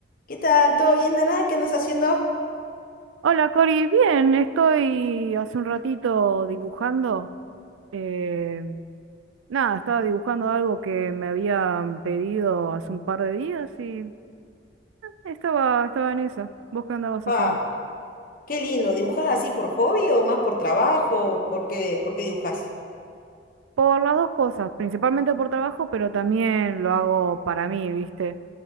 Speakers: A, on the left; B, on the right.
A: ¿Qué tal? ¿Todo bien, Dana? ¿Qué andas haciendo?
B: Hola Cori, bien, estoy hace un ratito dibujando. eh, nada, estaba dibujando algo que me habían pedido hace un par de días y estaba, estaba en esa. ¿Vos qué andabas
A: Pa,
B: haciendo?
A: qué lindo. ¿Dibujás así por hobby o más por trabajo? ¿Por qué, por qué dibujás?
B: Por las dos cosas, principalmente por trabajo, pero también lo hago para mí, ¿viste?